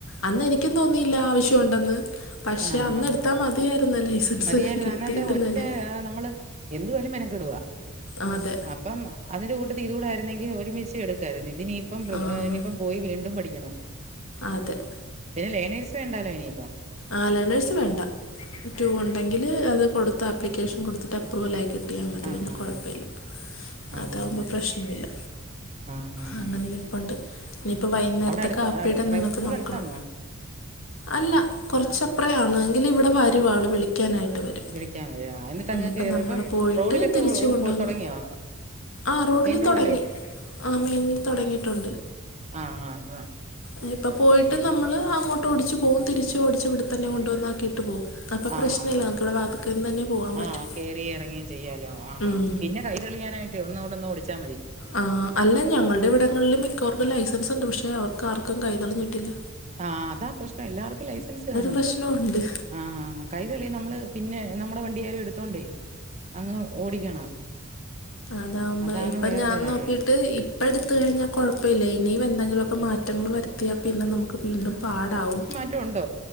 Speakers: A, on the left; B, on the right.
A: അന്നനിക്യും തോന്നിയില്ല ആവശ്യൊണ്ടൊന്ന് പക്ഷെ
B: ആഹ്
A: അന്നട്ത്താ
B: ആഹ് ആഹ്
A: മതിയാര്ന്ന് ലൈസൻസ്
B: മതിയായിരുന്നു
A: കിട്ടിയിട്ടും
B: അന്നത്തെ ഒറ്റ
A: തന്നെ
B: നമ്മള് എന്തുവായാലും മെനക്കെടുവാ
A: ആതെ
B: അപ്പം അതിന്റെ കൂട്ടത്തി ഇതൂടെ ര്ന്നെങ്കി ഒരുമിച്ച് എട് ക്കരുതി ഇതിനിയിപ്പം പ്രകൃ
A: ആഹ്
B: അ് ഇനിയിപ്പം പോയി വീണ്ടും പഠിക്യണം
A: അതെ
B: പിന്നെ ലേണേഴ്സ് വേണ്ടാലോ ഇനിയിപ്പം
A: ആഹ് ലേണേഴ്സ് വേണ്ട റ്റൂ ഉണ്ടെങ്കില് അത് കൊടുത്ത ആപ്ലിക്കേഷൻ കൊട്ത്തിട്ട് അപ്രൂവൽ ആകി ട്ടിയാമത്
B: ആഹ്
A: പിന്നെ
B: ആഹ്
A: കൊഴപ്പെല്ല
B: ആഹ് ആഹ്
A: അതാമ്പോ പ്രശ്നമില്ല
B: ആഹ് ആഹ്
A: അങ്ങനെ
B: ആഹ്
A: നിൽപ്പണ്ട് നിപ്പ വൈകുന്നേര്ത്തൊ
B: അവിടെ അടുത്ത
A: കാപ്പീടെ
B: ആ, ഡ്രൈവിംഗ്
A: ന്തെങ്കിലുക്കെ
B: സ്കൂൾ
A: നോക്കണം
B: അടുത്താന്നോ
A: അല്ല കൊറച്ചപ്രേ ആണ് ങ്കിലുഇവിടെ വരുആള് വിളി ക്യാനായിട്ട് വരും
B: വിളിക്കാൻ വരാ എന്നിട്ട് അങ്ങ്
A: ഉം ഇപ്പ
B: കേറി
A: നമ്മള്
B: ഇപ്പം
A: പോയിട്ട്
B: റോഡിലൊക്കെ
A: തിരിച്ച്
B: ഒ ഒ
A: കൊണ്ട്വന്ന
B: പൊ തുടങ്ങിയോ
A: ആ റോഡ്ല്
B: മെയിൻ റോഡിലോ
A: തൊടങ്ങി. ആഹ് മെയ്ൻൽ തൊടങ്ങിട്ടുണ്ട്
B: ആഹ് ആഹ് ആഹ്
A: എ ഇപ്പ പോയിട്ട്
B: പി
A: നമ്മൾ അങ്ങോ ട്ടോടിച്ച് പോവും തിരിച്ച് ഓടിച്ച് ഇവിട്ത്തന്നെ കൊണ്ടുവന്നാക്കിട്ട് പോവും അപ്പോൾ
B: ആഹ്
A: പ്രശ്നമില്ല
B: ആഹ്
A: നമുക്ക് ഇവിടെ വാതുക്കൽ നിന്ന് തന്നെ പോകാൻ
B: ആഹ്
A: പറ്റും
B: ആഹ് കേറി ഇറങ്ങിയും ചെയ്യാലോ ആഹ്
A: ഉം
B: ആഹ് പിന്നെ കൈതെളിയാനായിട്ടേ ഒന്നോടൊന്നു ഓടിച്ചാ മതി
A: ആഹ് അല്ല ഞങ്ങൾടെ ഇവിടങ്ങൾല് മിക്കവർക്കു ലൈസൻസ്ണ്ട് പക്ഷെ അവർക്ക് ആർക്കും കൈതെളിഞ്ഞിട്ടില്ല
B: ആഹ് അതാ പ്രശ്നം എല്ലാർക്കും ലൈസൻസ് കാണും
A: പ്രശ്നമുണ്ട്
B: ആഹ് കൈ തെളിയും നമ്മള് പിന്നെ നമ്മുടെ വണ്ടിയാലും എടുത്തോണ്ടേയ് അങ്ങ് ഓടിക്കണം
A: അതാവുമ്പോ
B: അതാണ്
A: ഇപ്പൊ
B: വേറൊരു
A: ഞാൻ
B: കാര്യം
A: നോക്കിട്ട് ഇ പ്പട്ത്ത് കഴിഞ്ഞ കൊഴപ്പില്ല ഇനിം വെന്തെലുക്കെ മാറ്റങ്ങൾ വരു ത്ത്യാ പിന്നെ നമുക്ക് വീണ്ടും പാടാവും
B: റ്റുണ്ടോ